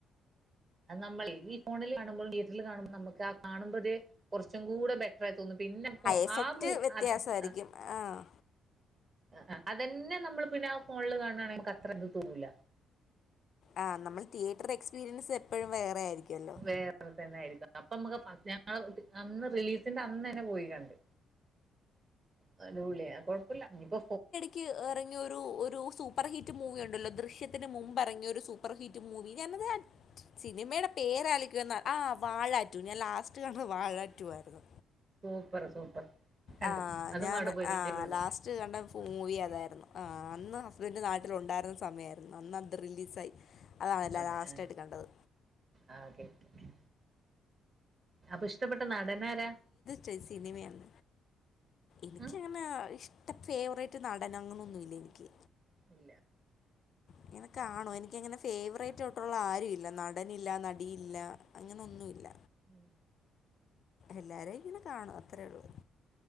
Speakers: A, on the right; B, on the left.
A: അത് നമ്മളീ ഈ ഫോണില് കാണുമ്പൊളും തീയറ്ററില് കാണും നമുക്ക് ആ കാണുമ്പോഴേ കുറച്ചും കൂടെ ബെ തോന്നുന്നു പിന്നെ പൊ
B: എഫക്റ്റ്
A: ആ മൂ
B: വ്യത്യാസമായിരിക്കും
A: അത് <unintelligible>
B: ആഹ്
A: ആഹ് ആഹ് അതന്നെ നമ്മള് പിന്നെ ആ ഫോണില് കാണണാണെങ്കില് മ്മക്ക് അത്ര ഇത് തോന്ന്ല്ല
B: ആഹ് നമ്മള് തിയേറ്റർത്തെ എക്സ്പീരിയൻസ് എപ്പൊഴും വേറെ ആയിരിക്കുവല്ലോ
A: വേറെതന്നായിരിക്കും അപ്പ നമ്മക്ക് <inaudible> റിലീസ് <inaudible> ൻ്റന്നന്നെ പോയി കണ്ട് <unintelligible> ല്ലേ കുഴപ്പില്ല ഇനിപ്പോ
B: ക്ക് ഇറങ്ങിയോരു ഒരു സൂപ്പറ് ഹീറ്റ് മൂവിയൊണ്ടല്ലോ ദൃശ്യത്തിന് മുമ്പെറങ്ങിയൊരു സൂ <unintelligible> സൂപ്പർ ഹിറ്റ് മൂവി ഞാന <inaudible> സിനിമയുടെ പേര ആലോയ്ക്കായന്നു. ആഹ് വാഴാറ്റു ഞാൻ ലാസ്റ്റ്. സ്റ്റ് കണ്ട വാഴാറ്റു ആയിരുന്നു.
A: Super super. കണ്ടു
B: ആഹ്
A: അതും
B: ഞാന്
A: അവിടെ പോയി
B: ആഹ്
A: കണ്ട് ഇത്
B: ലാസ്
A: കണ്ടു
B: റ്റ് കണ്ട മൂവി അതായിരുന്നു. അഹ് അന്ന് ഹുസ്ബൻഡ് നാട്ടിലുണ്ടായിരുന്ന സമയമായിരുന്നു. അന്ന് അത് റിലീസായി. അതാണല്ല
A: അതെ
B: ലാസ്റ്റായിട്ട്
A: ആഹ്
B: കണ്ടത്
A: ആഹ് ഓകേക്കെ. അപ്പൊ ഇഷ്ടപ്പെട്ട നടനാരാ?
B: ചേ സിനിമയാണ്. ന്ക്ക്ങ്ങനെ
A: ഉം?
B: ഇഷ്ട ഫേവറേറ്റ് നടന് അങ്ങനൊന്നുമില്ല എനിക്ക്.
A: ഇല്ല.
B: ഇങ്ങനെ കാണോ എനിക്കങ്ങനെ ഫവററ്റ് ഉ. ഷ്ടള്ള ആരുഇല്ല നടനില്ല നടിയില്ല അങ്നെയൊന്നുല്ല.
A: ഉംഹ്.
B: അല്ലാരേ ഇങ്ങനെ കാണും. അത്രേ ഉള്ളൂ.